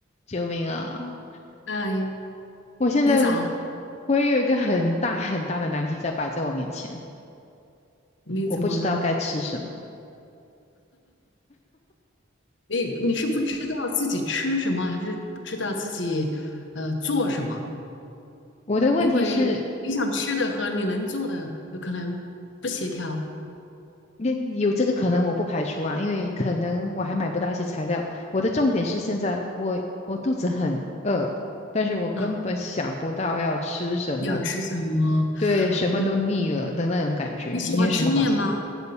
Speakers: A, on the left (about 35°); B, on the left (about 65°).
A: 救命啊！
B: 哎，
A: 我现在
B: 你咋了？
A: 我也有一个很大很大的难题在摆在我面前，
B: 你怎么了？
A: 我不知道该吃什么。
B: 你你是不知道自己吃什么，还是不知道自己呃做什么？
A: 我的问题是，
B: 因为你想吃的和你能做的有可能不协调
A: 那有这个可能我不排除啊，因为可能我还买不到一些材料。我的重点是现在我我肚子很饿，但是我根本想不到要吃什么，
B: 啊。你要吃什么？
A: 对，什么都腻了的那种感觉。
B: 嗯，你喜欢吃面吗？
A: 你有什么好吃吗？